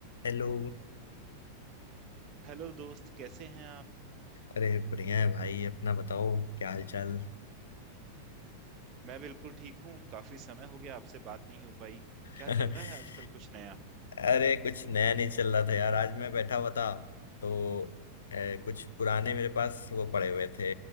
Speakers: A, on the left; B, on the right.
A: Hello
B: Hello दोस्त कैसे हैं आप
A: अरे बढ़िया है भाई अपना बताओ क्या हाल चाल
B: मैं बिल्कुल ठीक हूँ काफी समय हो गया आपसे बात नहीं हो पाई क्या
A: <laughs>
B: चल रहा है आजकल कुछ नया
A: अरे कुछ नया नहीं चल रहा था यार आज मैं बैठा हुआ था तो अ, कुछ पुराने मेरे पास वो पड़े हुए थे